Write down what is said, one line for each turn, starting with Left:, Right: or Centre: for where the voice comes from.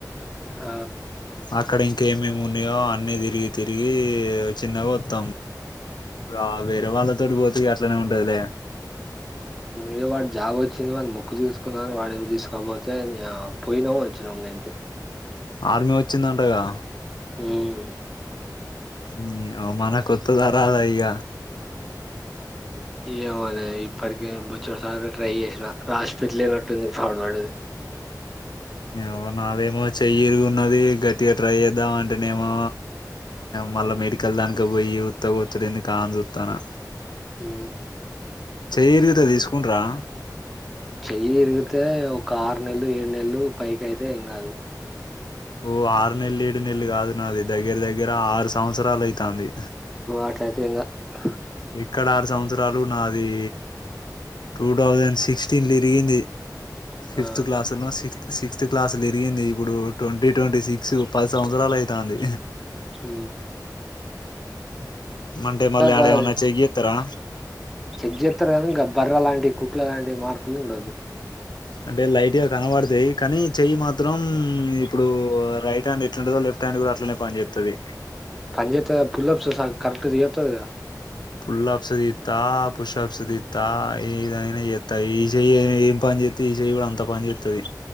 Centre: ఆ
Left: అక్కడ ఇంకేమేమి ఉన్నాయో అన్ని తిరిగి తిరిగి చిన్నగా వస్తాం ఆ వేర వాళ్ళా తోడు బోతు గారు ఉండలే
Centre: ఏ వాడు జాబోచ్చంది ము క్ తీసుకున్నారు వాడి తీసు అక్కపోతే పోయినాము వచ్చినాము అంతే
Left: ఆర్మీ వచ్చిందంటగా
Centre: ఉమ్
Left: న అ మన కొత్తదా రాదా ఇగ
Centre: ఏమోనా ఇప్పటికే బచ్చ స ట్రై చేసి రాష్ట్ర ఫిట్ లేనట్టుంది పాాన్ వాడేది
Left: మో నాదేమో చెయ్యిరు ఉన్నది గట్టిగా ట్రై చేద్దాం అంటేనేమో మళ్ళా మెడికల్ దానిక పోయి ఉత్త కూచ్చలేందు కా చూస్తాను
Centre: హ
Left: చేయరిగితే తీసుకుంట్రా
Centre: చెయ్యి ఇరిగితే ఒక ఆరు నెలలు ఏడు నెలలు పైకి అయితే ఏం కాదు
Left: ఓ ఆరు నెలలు ఏడు నెలలు కాదు నాది దగ్గర దగ్గర ఆరు సంవత్సరాలు అవుతుంది
Centre: అట్లాయితే ఇంగా ఆ
Left: ఇక్కడ ఆరు సంవత్సరాలు నాది టూ థౌజండ్ సిక్స్టీన్ తరిగింది ఫిఫ్త్
Centre: ఆ
Left: క్లాస్ లో సిక్స్త్ సిక్స్త్ క్లాస్లో విరిగింది ఇప్పుడు ట్వంటీ ట్వంటీ సిక్స్ పది సంవత్సరలు అయితాంది
Centre: ఊ
Left: మండే మళ్లా ఆడేమన్నా
Centre: గా
Left: చేయత్తరా.
Centre: చెక్ చేత్తారు కదా గా బర్ర లాంటి కుట్ల లాంటి మార్కులు ఉండొద్దు
Left: అంటే లైట్ గా కనబడతాయి కానీ చెయ్యి మాత్రం ఇప్పుడు రైట్ హ్యాండ్ ఎట్లాంటందో లెఫ్ట్ హ్యాండ్ కూడా అట్లనే పనిచేత్తది.
Centre: పంజేత పులప్స్ సా కరెక్ట్ తీయత్తది గదా
Left: పుల్లప్సదిస్తా పుష్ప్స్ దిత్తా ఏదైనా చేత్త ఈ చేయ్ ఏం పని చే్తే ఈ చేయి కూడా అంత పని చేత్తది